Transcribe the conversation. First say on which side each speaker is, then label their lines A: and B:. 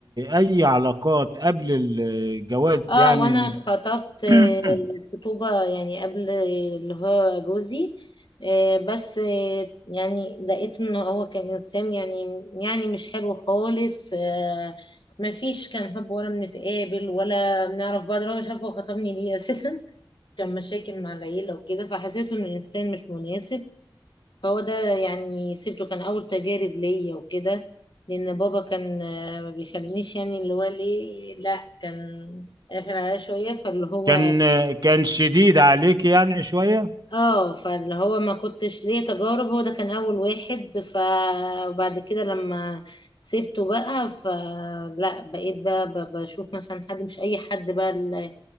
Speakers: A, on the right (about 55°); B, on the left (about 65°).
A: أي علاقات قبل الجواز
B: اه
A: يعني
B: وانا خطبت آه،
A: <clears throat>
B: خطوبة يعني قبل اللي هو جوزي آه، بس آه، يعني لقيت ان هو كان انسان يعني يعني مش حلو خالص آه، مفيش كان حب ولا بنتقابل ولا بنعرف بعض ولا مش عارفه هو خطبني ليه اساسا <laughs> كان مشاكل مع العيلة وكده فحسيت انه انسان مش مناسب فهو ده يعني سيبته كان أول تجارب ليا وكده لأن بابا كان آه، ما بيخلينيش يعني اللي هو ليه لا كان قافل عليا شوية فاللي هو
A: كان كان شديد عليك يعني شوية
B: اه فاللي هو ما كنتش ليه تجارب هو ده كان أول واحد ف وبعد كده لما سيبته بقى فلا بقيت بقى ب- بشوف مثلا حد مش أي حد بقى اللي